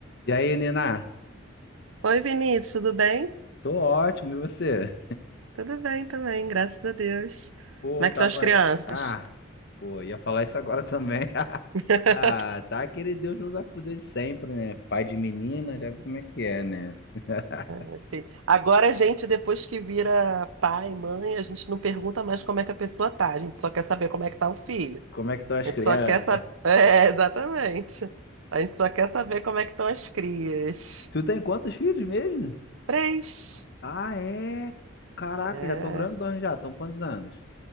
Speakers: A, on the left (about 55°); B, on the right (about 80°).
A: E aí, Nina?
B: Oi, Vinícius, tudo bem?
A: Tô ótimo, e você?
B: Tudo bem também, graças a Deus.
A: Pô,
B: Como é
A: tava.
B: que estão as crianças?
A: Ah, pô, ia falar isso agora também. <laughs>
B: <laughs>
A: Ah, tá aquele Deus nos acuda de sempre, né? Pai de menina, já vi como é que é, né? <laughs>
B: Enfim, Agora a gente, depois que vira pai, mãe, a gente não pergunta mais como é que a pessoa tá, a gente só quer saber como é que tá o filho.
A: Como é que estão as
B: A gente
A: crianças?
B: só quer saber. <laughs> É, exatamente. A gente só quer saber como é que estão as crias.
A: Tu tem quantos filhos mesmo?
B: Três.
A: Ah, é? Caraca,
B: É.
A: já estão grandões já, estão quantos anos?